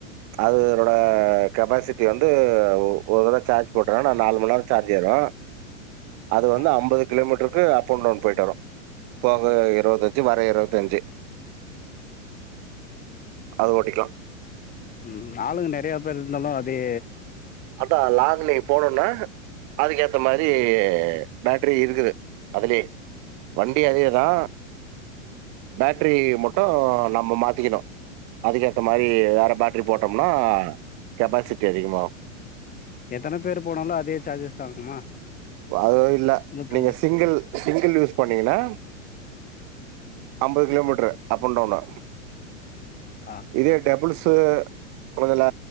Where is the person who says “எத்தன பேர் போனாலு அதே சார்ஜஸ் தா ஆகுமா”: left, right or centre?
Left